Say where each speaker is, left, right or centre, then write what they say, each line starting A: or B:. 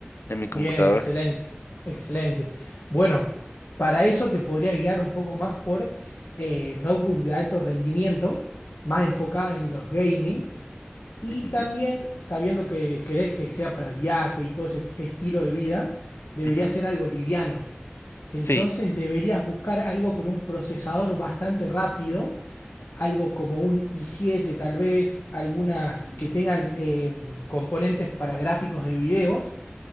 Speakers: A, on the left; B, on the left.
A: en mi computador.
B: bien, excelente, excelente. Bueno, para eso te podría guiar un poco más por eh, notebooks de alto rendimiento, más enfocada en
A: Ujú,
B: los gaming. Y
A: ujú,
B: también, sabiendo que querés que sea para viaje y todo ese t- estilo de vida, debería
A: ujú.
B: ser algo liviano. Entonces
A: Sí,
B: deberías buscar algo con un procesador bastante rápido, algo como un i7 tal vez, algunas
A: Mm,
B: que tengan eh, componentes para gráficos de videos,